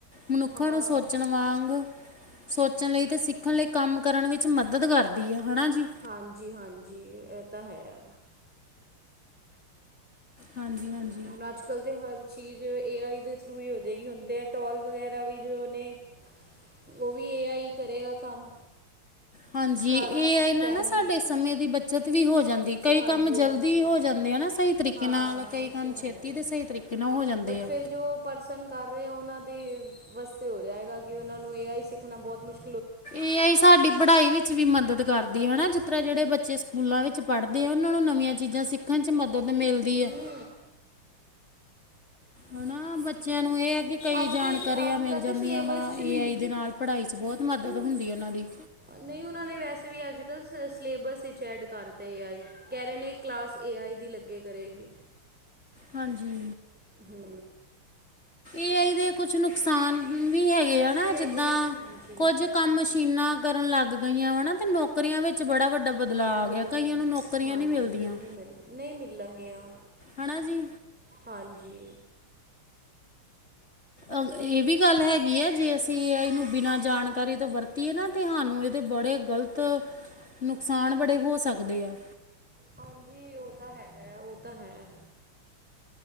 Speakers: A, on the left; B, in the centre.
A: ਮਨੁਖਾਂ
B: ਹਾਂ
A: ਨੂੰ ਸੋਚਣ ਵਾਂਗ। ਸੋਚਨ ਲਈ ਤੇ ਸਿੱਖਨ ਲਈ ਕੰਮ ਕਰਨ ਵਿੱਚ ਮਦਦ ਕਰਦੀ ਹੈ ਹੈਣਾ ਜੀ।
B: ਹਾਂਜੀ, ਹਾਂਜੀ ਇਹ ਤਾਂ ਹੈ।
A: ਹਾਂਜੀ, ਹਾਂਜੀ।
B: ਹੁਣ ਅੱਜ ਕੱਲ੍ਹ ਤੇ ਹਰ ਚੀਜ਼ ਏ ਆਈ ਦੇ ਥਰੂ ਹੀ ਹੋ ਜਾਏਗੀ ਹੁੰਨ ਤੇ ਇਹ ਟੋਲ ਵਗੈਰਾ ਵੀ ਜੋ ਨੇ। ਉਹ ਵੀ ਏ ਆਈ ਕਰੇਗਾ ਕੰਮ।
A: ਹਾਂਜੀ
B: ਸਾਰਾ
A: ਏ ਆਈ ਨਾਲ
B: ਕੈਮ
A: ਨਾ ਸਾਡੇ ਸਮੇਂ ਦੀ ਬੱਚਤ ਵੀ ਹੋ ਜਾਂਦੀ। ਕਈ
B: ਹਾਂਜੀ
A: ਕੰਮ ਜਲਦੀ
B: ਹਾਂਜੀ
A: ਹੋ ਜਾਂਦੇ ਐ ਨਾ ਸਹੀ ਤਰੀਕੇ
B: ਹਾਂ
A: ਨਾਲ ਕਈ
B: ਉਹ
A: ਕੰਮ
B: ਤਾਂ ਹੈ
A: ਛੇਤੀ ਦੇ ਸਹੀ ਤਰੀਕੇ ਨਾਲ ਹੋ ਜਾਂਦੇ
B: ਬਟ
A: ਐ।
B: ਫਿਰ ਜੋ ਪਰਸਨ ਕਰ ਰਏ ਉਹਨਾਂ ਦੇ ਵਸਤੇ ਹੋ ਜਾਏਗਾ ਕਿ ਉਹਨਾ ਨੂੰ ਏ ਆਈ ਸਿੱਖਨਾ ਬੋਤ ਮੁਸ਼
A: ਏ ਆਈ ਸਾਡੀ ਪੜ੍ਹਾਈ ਵਿ ਵਿੱਚ ਵੀ ਮਦਦ ਕਰਦੀ ਐ ਨਾ ਜਿਤਰਾਂ ਜਿਹੜੇ ਬੱਚੇ ਸਕੂਲਾਂ ਵਿੱਚ ਪੜ੍ਹਦੇ ਆ ਉਹਨਾਂ ਨੂੰ ਨਵੀਆਂ ਚੀਜਾਂ ਸਿੱ ਸਿੱਖਨ ਚ ਮਦਦ ਮਿਲਦੀ ਐ।
B: ਹੁ।
A: ਹਨਾ, ਬੱਚਿਆਂ ਨੂੰ ਇਹ ਏ ਕਿ ਕਈ
B: ਅੱਜ
A: ਜਾਣਕਾਰੀਆਂ
B: ਕੱਲ੍ਹ ਅੱਜ
A: ਮਿਲ
B: ਕੱਲ੍ਹ
A: ਜਾਂਦੀਆਂ
B: ਤਾਂ ਸਿਲੇਬਸ
A: ਵਾ
B: 'ਚ
A: ਏ
B: ਵੀ
A: ਆਈ ਦੇ ਨਾਲ ਪੜ੍ਹਾਈ ਚ ਬੋਤ ਮਦਦ ਹੁੰਦੀ ਔਨਾਂ ਦੀ।
B: ਨਈ ਓਨਾਂ ਨੇ ਵੈਸੇ ਵੀ ਅੱਜ ਕੱਲ੍ਹ ਸ ਸਲੇਬਸ ਇਚ ਐਡ ਕਰਤੇ ਏ ਆਈ। ਕਿਹ ਰਏ ਨੇ ਇਕ ਕਲਾਸ ਏ ਆਈ ਦੀ ਲੱਗੇ ਕਰੇਗੀ।
A: ਹਾਂਜੀ।
B: ਹੁ।
A: ਏ ਆਈ ਦੇ ਕੁਛ ਨੁਕਸਾਨ ਵੀ ਹੈਗੇ ਐ ਨਾ
B: ਵੀ ਹੈਗੇ
A: ਜਿੱਦਾਂ
B: ਨੇ ਹਾਂਜੀ
A: ਕੋਜ ਕੰਮ ਮਸ਼ੀਨਾਂ ਕਰਨ ਲੱਗ ਗਈਆਂ ਵਾ ਨਾ ਤੇ ਨੌਕਰੀਆਂ ਵਿੱਚ ਬੜਾ ਵੱਡਾ ਬਦਲਾ ਆ
B: ਵ-
A: ਗਯਾ ਕਈਆਂ ਨੂੰ ਨੌਕਰੀਆਂ
B: ਹਾਂਜੀ
A: ਨੀ ਮਿਲਦੀਆਂ।
B: ਨਹੀਂ ਮਿਲ ਨਹੀਂ ਮਿਲਾਂਗੀਆਂ
A: ਹਣਾ ਜੀ।
B: ਹਾਂਜੀ।
A: ਅ ਇਹ ਵੀ ਗੱਲ ਹੈਗੀ ਹੈ, ਜੇ ਅਸੀਂ ਇਹ ਏ ਆਈ ਨੂੰ ਬਿਨਾਂ ਜਾਣਕਾਰੀ ਤੋਂ ਵਰਤੀਏ ਨਾ ਤੇ ਹਾਨੂੰ ਇਹਦੇ ਬੜੇ ਗਲਤ। ਤ ਨੁਕਸਾਨ ਬੜੇ ਹੋ ਸਕਦੇ ਆ।
B: ਹਾਂਜੀ ਔਹ ਤਾਂ ਹੈਗਾ, ਔਹ ਤਾਂ ਹੈ।